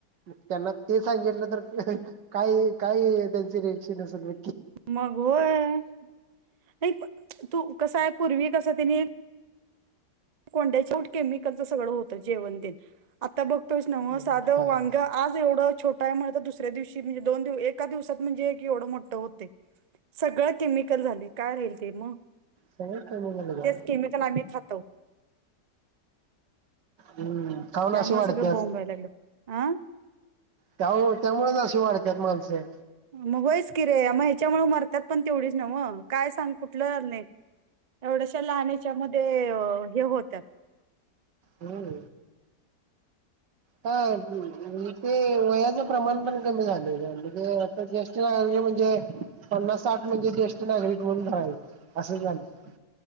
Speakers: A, on the right; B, on the right.
A: मग त्यांना ते सांगितलं तर, काय काय त्यांचे रियाक्षण असेल भा
B: मग वय नाही तू कसं आहे पूर्वी कसं त्यानी कोंड्याचे वट केमिकलचं सगळं होतं जेवण तेन. आता बघतोयस ना म
A: हा
B: सादं वांग्या आज एवढं छोटा आहे मळ ज दुसऱ्या दिवशी म्हणजे दोन दिव एका दिवसात म्हणजे की एवढं मोठं होते. सगळं केमिकल झाले काय राहील ते मग,
A: सगळंच कमी झालं का
B: तेच केमिकल आम्ही खातो.
A: हम्म. खाऊन
B: त्यामुळे
A: अशी वाढत्यात
B: सगळं बोंब लागल्या आं.
A: त्या ओ त्यामुळेच अशी वाढत्यात माणसं.
B: मग वयच कि रे मग ह्याच्यामुळे मरतात पण तेवढीच नव, काय सांग कुठलं नाही. एवढ्याश्या लहानेच्यामध्ये ओ हे होत्यात.
A: होय. ता इथे वयाचा प्रमाण पण कमी झाले म्हणजे असं जास जस म्हणजे पन्नास साठ म्हणजे ज्येष्ठ नागरिक म्हणून धरायचं, असं झालय.